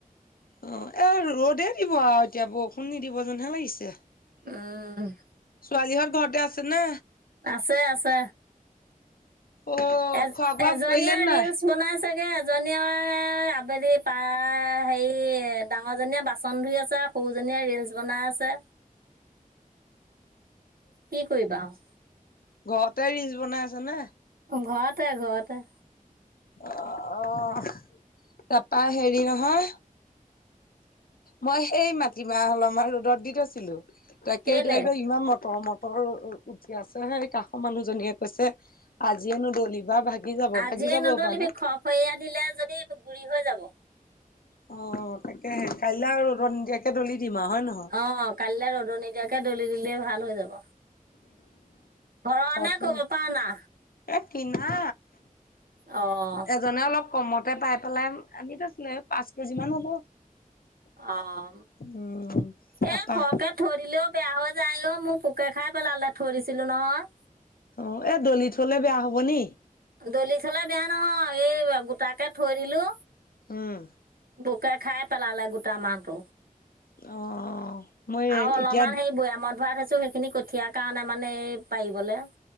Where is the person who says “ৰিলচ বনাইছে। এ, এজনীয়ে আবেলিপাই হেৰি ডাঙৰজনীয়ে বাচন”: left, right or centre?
Right